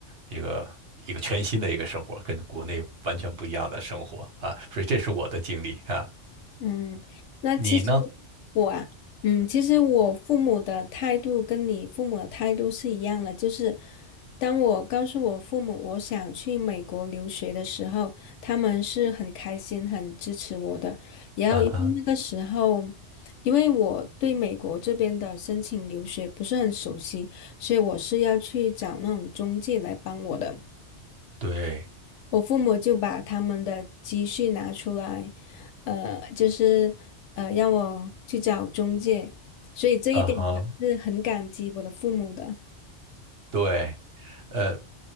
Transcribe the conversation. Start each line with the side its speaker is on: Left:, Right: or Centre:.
Right: 一个一个全新的一个生活，跟国内完全不一样的生活啊，所以这是我的经历啊，
Left: 嗯，那其实
Right: 你呢？
Left: 我啊，嗯，其实我父母的态度跟你父母的态度是一样的，就是当我告诉我父母我想去美国留学的时候，他们是很开心、很支持我的。然后因为那个时候，
Right: 嗯哼，
Left: 因为我对美国这边的申请留学不是很熟悉，所以我是要去找那种中介来帮我的。
Right: 对，
Left: 我父母就把他们的积蓄拿出来，呃，就是呃让我去找中介，所以这一点我是很感激我的父母的。
Right: 嗯哼，对，呃，